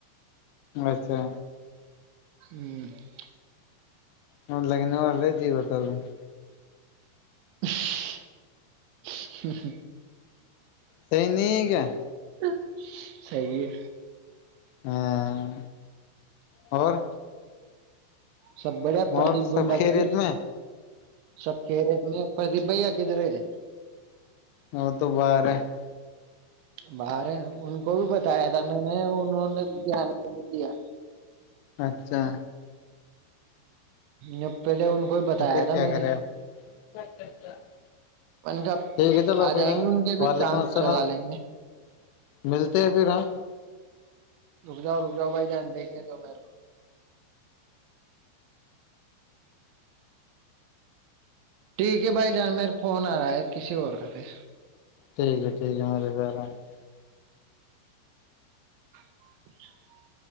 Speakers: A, on the left (about 85°); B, on the right (about 80°).
A: اچھا
B: ہوں <inaudible>
A: اور لگ نہیں وال رہے جی ہو توب <inaudible>
B: ہ ہ
A: صحیح نہیں ہے کیا
B: <inaudible> صحی ہے
A: ہاں اور
B: سب بڑیا پردیپ
A: اور سب
B: گنڈا
A: خیریت
B: کدھر گ
A: میں
B: سب کہ رے میں پردیپ بھیا کدھر ہے <inaudible>
A: ا تو ب رہ <inaudible>
B: باہر ہیں ان کو بھی بتایا تھا میں نے انہوں نے دھیان نہیں دیا
A: اچھا
B: ہ پہلے ان کو ہی بتایا
A: تو پھر
B: تھا
A: کیا
B: میں نے
A: کرے آپ ٹھیک
B: ان کا
A: ہے چلو
B: آ
A: پھر
B: جائیں
A: ہاں
B: گے ان کے بھی
A: وعلیکم
B: کام
A: السلام
B: چلا لیں گے
A: ملتے ہیں پھر ہاں
B: رک جا رک جا بھائی دھیان دھنے دو تو میرے کو <unintelligible> ٹھیک ہے بھائی جان میر فون آ رہا ہے کسی اور کا پھر
A: ٹھیک ہے ٹھیک ہے مارےار <inaudible>
B: <inaudible>